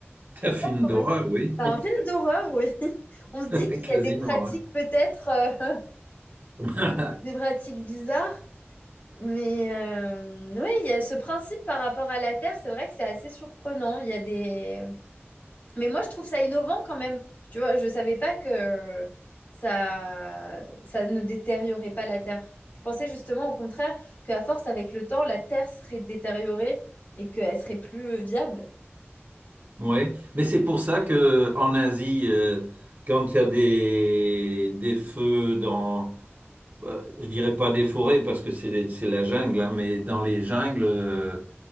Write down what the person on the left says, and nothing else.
qui
fait peur
quand
même.
Bah, un film d'horreur, oui. <laughs> On se dit
qu'il
y a des pratiques
peut-être euh,
des pratiques bizarres. Mais euh, oui, il y a ce principe par rapport à la Terre, c'est vrai que c'est assez surprenant. Il y a des... Mais moi, je trouve ça innovant quand même. Tu vois, je ne savais pas que ça, ça ne détériorait pas la Terre. Je pensais justement au contraire qu'à force, avec le temps, la Terre serait détériorée et qu'elle serait plus viable.